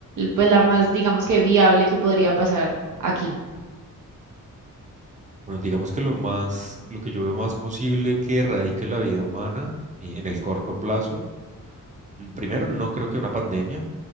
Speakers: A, on the right (about 70°); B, on the right (about 25°).
A: pues la más, digamos que viable que podría pasar aquí?
B: Bueno, digamos que lo más, lo que yo veo más posible que erradique la vida humana eh, en el corto plazo, mm, primero, no creo que una pandemia,